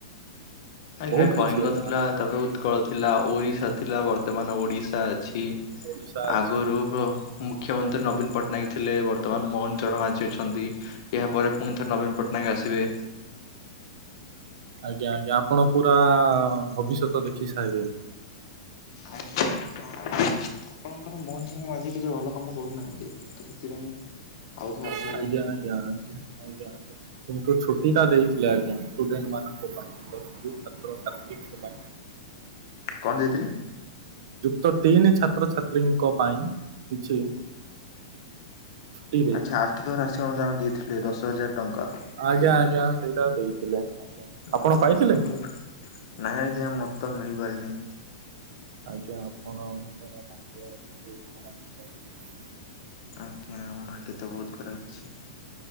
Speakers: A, on the left; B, on the right.
A: ଆଜ୍ଞା
B: ବହୁତ
A: କଳିଙ୍ଗ
B: କିଛି ନାଁ
A: ଥିଲା
B: ଅଛି
A: ତାପରେ ଉ ଉତ୍କଳ ଥିଲା ଓରିସା ଥିଲା ବର୍ତ୍ତମାନ ଓଡିଶା ଅଛି।
B: ଓଡିଶା ଅଛି।
A: ଆଗରୁହୁ ମୁଖ୍ୟମନ୍ତ୍ରୀ ନବୀନ ପଟ୍ଟନାୟକ ଥିଲେ ବର୍ତ୍ତମାନ ମୋହନ ଚରଣ ମାଝୀ ଅଛନ୍ତି। ଏହାପରେ ପୁଣି ଥରେ ନବୀନ ପଟ୍ଟନାୟକ ଆସିବେ।
B: ଆଜ୍ଞା ଆଜ୍ଞା ଆପଣ ପୁରା ଭବିଷ୍ୟତ ଦେଖି ସାଇଲେଣି।
A: ଆଜ୍ଞା ଆଜ୍ଞା। ଆପଣଙ୍କର ମୋହନ ଚରଣ ମାଝୀ କିଛି ଭଲ କାମ କରୁନାହାନ୍ତି ତ ସେଥିପାଇଁ ଆଉ ଥରେ ଆସି
B: ଆଜ୍ଞା ଆଜ୍ଞା ଆଜ୍ଞା ଆଜ୍ଞା ଆଜ୍ଞା। କିନ୍ତୁ ଛୁଟିଟା ଦେଇଥିଲେ ଆଜ୍ଞା ଷ୍ଟୁଡେଣ୍ଟ ମାନଙ୍କ ପାଇଁ ପ୍ଲସ ଥ୍ରି ଛାତ୍ରଛାତ୍ରୀଙ୍କ ପାଇଁ
A: କଣ ଦେଇଥିଲେ?
B: ଯୁକ୍ତ ତିନି ଛାତ୍ରଛାତ୍ରୀଙ୍କ ପାଇଁ କିଛି ଛୁଟି ଦେଇଥିଲେ।
A: ଆଚ୍ଛା ଆର୍ଥିକ ରାଶି ଅନୁଦାନ ଦେଇଥିଲେ ଦଶ ହଜାର ଟଙ୍କା।
B: ଆଜ୍ଞା ଆଜ୍ଞା ସେଇଟା ଦେଇଥିଲେ। ଆଜ୍ଞା
A: ଆଚ୍ଛା
B: ଆପଣ ପାଇଥିଲେ?
A: ମୁଁ ତ ନାଇଁ ଆଜ୍ଞା ମତ ତ ମିଳି ପାରିନି।
B: ଆଜ୍ଞା ଆପଣଙ୍କର ଭାଗ୍ୟ ଟିକେ ଖରାପ୍ ଥିଲାରୁ
A: ଆଜ୍ଞା ମୋ ଭାଗ୍ୟ ତ ବହୁତ ଖରାପ୍ ଅଛି।